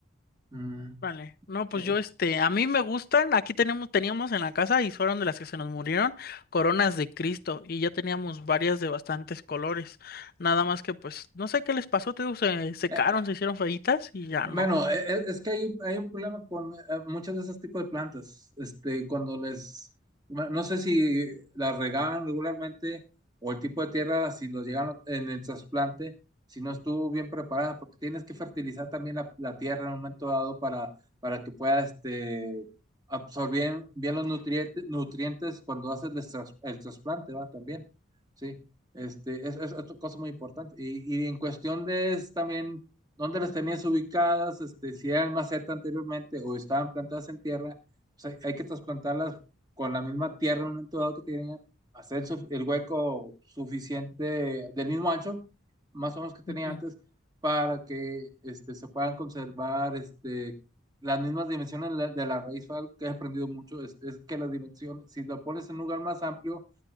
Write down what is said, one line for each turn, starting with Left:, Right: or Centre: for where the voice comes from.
Right: Mm.
Left: Vale, no, pues
Right: Eh,
Left: yo, este, a mí me gustan, aquí tenemos, teníamos en la casa y fueron de las que se nos murieron, coronas de Cristo, y ya teníamos varias de bastantes colores, nada más que pues, no sé qué les pasó, te digo, se secaron,
Right: eh,
Left: se hicieron feitas y ya no.
Right: Bueno, e- e- es que hay, un hay un problema con eh, muchas de esos tipos de plantas. Este, cuando les, no no sé si las regaban regularmente o el tipo de tierra, si los llegaron en el trasplante, si no estuvo bien preparada, porque tienes que fertilizar también la, la tierra en un momento dado para, para que pueda este, absorber bien los nutrientes, nutrientes cuando haces el, tras- el trasplante, ¿va? También, sí. Este, es, es otra cosa muy importante. Y, y en cuestión de es también dónde las tenías ubicadas, este, si eran maceta anteriormente o estaban plantadas en tierra, pues hay, hay que trasplantarlas con la misma tierra en un momento dado que tenían, hacer su- el hueco suficiente del mismo ancho, más o menos que tenía
Left: Ujú.
Right: antes, para que este, se puedan conservar este, las mismas dimensiones de la, de la raíz. Fue algo que he aprendido mucho, es, es que las dimensiones, si lo pones en un lugar más amplio,